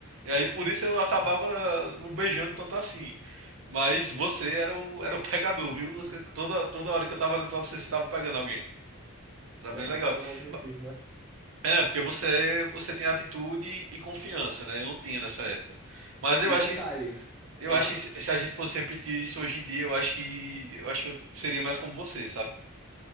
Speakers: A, on the right; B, in the centre.
A: E aí por isso eu acabava
B: hum,
A: não beijando tanto assim. Mas você era o, era o <laughs> pegador, viu? Você- toda, toda hora que eu tava olhando pra você, você tava pegando alguém. Era
B: era
A: bem legal.
B: porque era o objetivo,
A: Ma-
B: né?
A: É, porque você, você tem atitude e confiança, né? Eu não tinha nessa época.
B: Uhum.
A: Mas eu
B: E
A: acho
B: detalhe.
A: que eu
B: Ah,
A: acho que se se a gente fosse repetir isso hoje em dia, eu acho que eu acho que eu seria mais como você, sabe?